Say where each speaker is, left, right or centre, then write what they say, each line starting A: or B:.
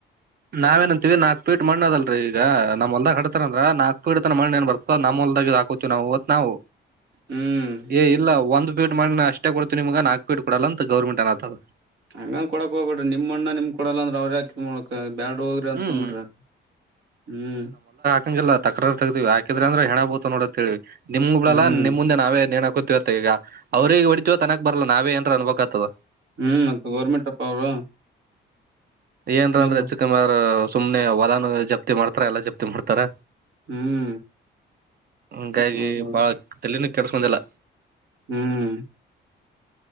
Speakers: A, on the right; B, on the right.
A: ನಾವೇನಂತೀವಿ ನಾಕ್ ಪಿಟ್ ಮಣ್ಣದಲ್ಲ ಈಗ ನಮ ಹೊಲ್ದಾಗ ಹಡತಾರ ಅಂದ್ರ ನಾಕು ಇತ ನ ಮಣ್ಣ ನ್ ಬರ್ತ ನಮ್ಲ್ದಾಗ ಇ ಹಾಕೋತಿ ನಾವು ನಾವು
B: ಹ್ಮ್
A: ಏ ಇಲ್ಲ ಒಂದು ಫೀಟ್ ಮಣ್ಣ ಅಷ್ಟೇ ಕೊಡ್ತವಿ ನಿಮಗೆ ನಾಕ್ಪಿಟ ಕೊಡಲ್ಲ ಅಂತ ಗೌರ್ಮೆಟ್ ಅನತದ
B: ಹಂಗನ್ ಕೊಡಕ್ ಹೋಗ್ಬೇ್ರಿ ನಿಮ್ ಮಣ್ಣು ನಿಮ್ ಕೊಡಲ್ಲ ಅಂದ್ರ ಅವ್ರ ಯಕೋ ಮಾಡಬೇಕು ಬ್ಯಾಡ್ ಹೋಗ್ರಿ ಅಂತಂದ್ಬಿಟ್ರಿ
A: ಹ್ಮ್
B: ಹ್ಮ್
A: ಹಂಗಿಲ್ಲ ತಕ್ರ ತಗ್ದೀವಿಾಕಿದ್ರೆ ಅಂದ್ರೆ ಹೆಣ ಬುಳ್ತಾವ ಅಂತ ನೋಡೇವಿ ನಿಮ್ಗ್ಳಲ್ಲಾ
B: ಹ್ಮ್
A: ನಿಮ್ಮ ಮುಂದೆ ನಾವೇ ಗೊತ್ತತಿವತ್ತ ಈಗ ಅವ್ರಿಗೆಗ ಹೊಡತಿೀವ ತನಕ್ ಬರಲ್ಲ ನಾವೇ ಏನ್ರ ಅನಬೇಕಾಗ್ತದ
B: ಹ್ಮ್ ಮತ್ತ ಗೋರ್ಮೆಂಟ್ ಅಪ್ಪ ಅವರು
A: ಏನ್ರ ಅಂದ್ರೆಚ್ಚುಕಮ
B: ಇಲ್ಲ
A: ಸುಮ್ನೆ ಹೊಲನ್ ಜಪ್ತಿ ಮಾಡ್ತಾರ ಎಲ್ಲಾ ಜಪ್ತಿ ಮಾಡ್ತಾರ
B: ಹ್ಮ್
A: ಹಂಗಾಗಿ
B: ಹೌದೌದು
A: ಬಾಳ ತಲಿನ ಕೆಡ್ಸ್ಕಂದಿಲ್ಲ
B: ಹ್ಮ್